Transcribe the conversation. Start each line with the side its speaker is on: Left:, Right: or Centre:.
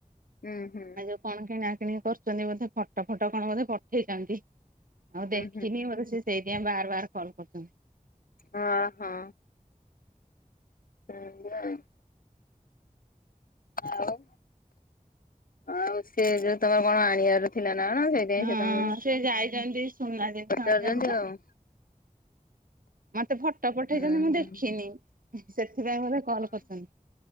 Left: ହୁଁ ହୁଁ।
Right: ଆ ଯୋଉ କଣ କିଣା କିଣି କରୁଛନ୍ତି ବୋଧେ ଫୋଟ ଫଟୋ କଣ ବୋଧେ ପଠେଇଛନ୍ତି। ଆଉ ଦେଖିନି
Left: ହୁଁ
Right: ମୋତେ ସ ସେଇଥିପାଇଁ ବାର ବାର କଲ୍ କରୁଛନ୍ତି।
Left: ହଁ ହଁ। ହୁଁ। <unintelligible> ଆଉ ଆଉ ସେ ଯୋଉ ତମର କଣ ଆଣିବାର ଥିଲା ନା ସେ
Right: ହଁ
Left: ସେ ତମକୁ
Right: ସେ ଯାଇଛନ୍ତି ସୁନା ଜିନିଷ
Left: ପଚାରୁଛନ୍ତି
Right: ଆଣିବାକୁ ତ
Left: ଆଉ।
Right: ମତେ ଫଟୋ ପଠେଇଛନ୍ତି
Left: ଉଁ
Right: ମୁଁ
Left: ହୁଁ
Right: ଦେଖିନି ସେଥିପାଇଁ ମୋତେ କଲ କରିୁଛନ୍ତି।